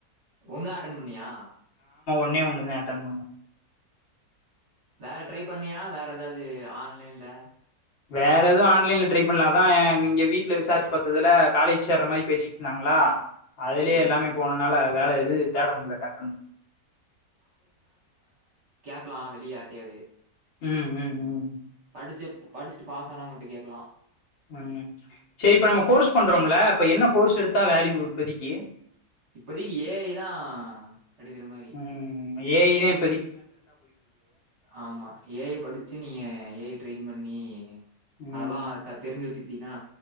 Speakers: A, on the right; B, on the left.
A: ஒண்ணுதான் அட்டன் பண்ணியா
B: ஒண்ணே ஒண்ணு தான் அட்டென்ட் பண்ணன்
A: வேற ட்ரை பண்ணியா வேற ஏதாவது ஆன்லைன்ல
B: வேற எதுவும் ஆன்லைன்ல ட்ரை பண்ல அதான் இங்க வீட்டுல விசாரிச்சு பார்த்ததுல காலேஜ் சேர்ற மாதிரி பேசிட்டு இருந்தாங்களா அதுலயே
A: சரி
B: எல்லாமே போனதுனால வேலை எது தேடமுடல டக்குன்னு
A: பக்கலாம் வெளிய யார்ட்டியாவது
B: ம் ம் ம்
A: படிச்ச படிச்சுட்டு பாஸ் ஆனவங்கிட்ட கேக்லாம்
B: உம் செரி இப்ப நம்ம கோர்ஸ் பண்றோம்ல இப்ப என்ன கோர்ஸ் எடுத்தா வேல்யூ இப்போதிக்கு
A: இப்பதேக்கு ஏ ஐ தான் எடுக்கற மாதிரி
B: ம் ஏ ஐ தான் இப்
A: ஆமா ஏ ஐ படிச்சு நீங்க ஏ ஐ ட்ரென் பண் ணீ
B: ம்
A: அதெல்லாம் க தெரிஞ்சு வச்சுக்கட்டு அப்படின்னா